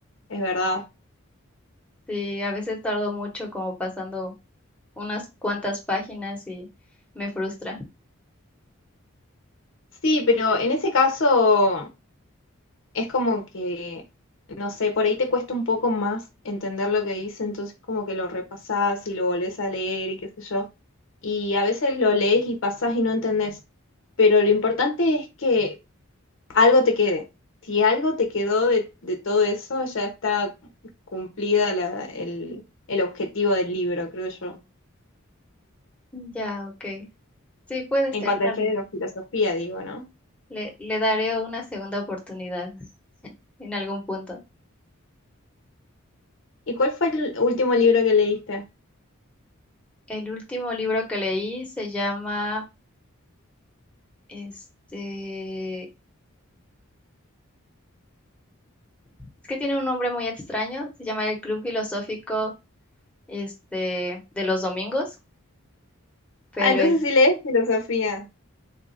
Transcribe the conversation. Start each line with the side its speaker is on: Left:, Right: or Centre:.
Left: es verdad.
Centre: sí, a veces tardo mucho como pasando unas cuantas páginas y me frustra.
Left: Sí, pero en ese caso es como que, no sé, por ahí te cuesta un poco más entender lo que dice, entonces como que lo repasás y lo volvés a leer y qué sé yo. Y a veces lo lees y pasás y no entendés, pero lo importante es que algo te quede. Si algo te quedó de, de todo eso, ya está cumplida la- el, el objetivo del libro, creo yo.
Centre: Ya, ok. Sí, puede
Left: En
Centre: ser,
Left: cuanto
Centre: tal
Left: al género,
Centre: vez.
Left: filosofía, digo, ¿no?
Centre: Le, le daré una segunda oportunidad en algún punto.
Left: ¿Y cuál fue el último libro que leíste?
Centre: El último libro que leí se llama, este, es que tiene un nombre muy extraño, se llama El Club Filosófico, este, de los domingos, pero
Left: Ah, entonces
Centre: es,
Left: sí lees filosofía.